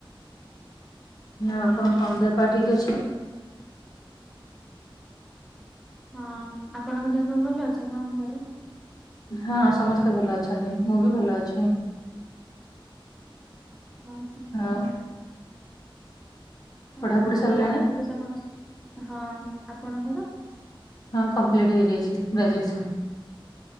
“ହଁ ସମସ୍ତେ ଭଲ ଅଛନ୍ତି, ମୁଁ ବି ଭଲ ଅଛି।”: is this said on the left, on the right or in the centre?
Left